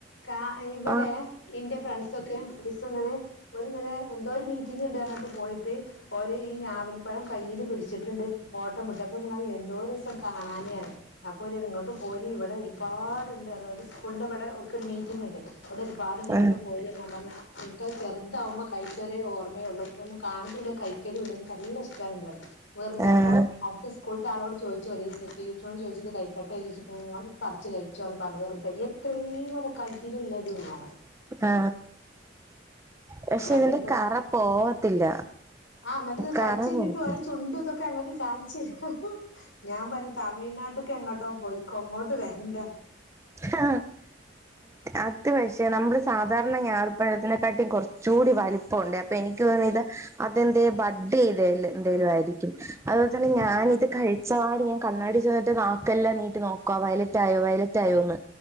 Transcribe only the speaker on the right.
ആഹ്
ആഹ്
ആഹ്
ആ പക്ഷെ
ഇതിന്റെ കറ പോവത്തില്ല.
കറ
പോവത്തി
ആ അത് പക്ഷേ നമ്മള് സാധാരണ ഞാവൽപായതിനെ കാട്ടിൽ കുറച്ചുകൂടി വലിപ്പംണ്ട് അപ്പൊ എനിക്ക് തോന്നി ത് അതെന്ത ബഡ് എന്തെലുംയിരിക്കും അപോലെ തന്നെ ഞാന ഇത് കഴിച്ചവാട് ഞാൻ കണ്ണാടി ചെന്നിട്ട് നാക്കല്ലാം നീട്ട് നോക്കോ വയലറ്റ് ആയോ വയലറ്റ് റ്റായോന്ന്